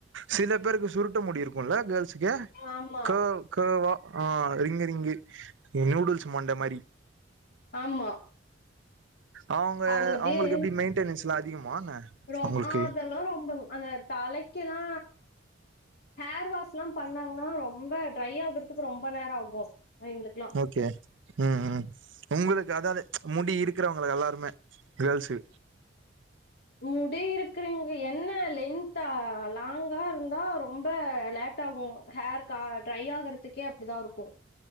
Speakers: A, on the right; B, on the left.
A: சில பேருக்கு சுருட்ட முடி இருக்குல்ல கேர்ள்ஸ்க்கு எஹெ
B: ஆமா
A: க்ஹேவ் க்ஹேவா ஆ ரிங்க் ரிங்க் நூடுல்ஸ் மண்ட மாரி
B: ஆமா
A: அவுங்க
B: அவிங்க அப்டியே
A: அவுங்களுக்கு எப்டி மெயின்டனன்ஸ் எல்லா அதிகமா என்ன
B: ரொம்
A: அவங்களுக்கு
B: அதெல்லா ரொம்பங் அந்த தலைக்கெல்லா ஹேர் வாஷ் எல்லா பண்ணாங்கன்னா ரொம்ப ட்ரை ஆகுறதுக்கு ரொம்ப நேரோ ஆகு அவிங்களுக்குலா
A: ஓகே ம் ம் உங்களுக்கு அதாது முடி இருக்கிறவங்களு எல்லாருமே கேள்ஸு
B: முடி இருக்கறீங்க என்ன லென்தா லாங்கா இருந்தா ரொம்ப லே ட்டாகு ஹேர் க ட்ரை ஆகுறதுக்கே அப்டிதா இருக்கு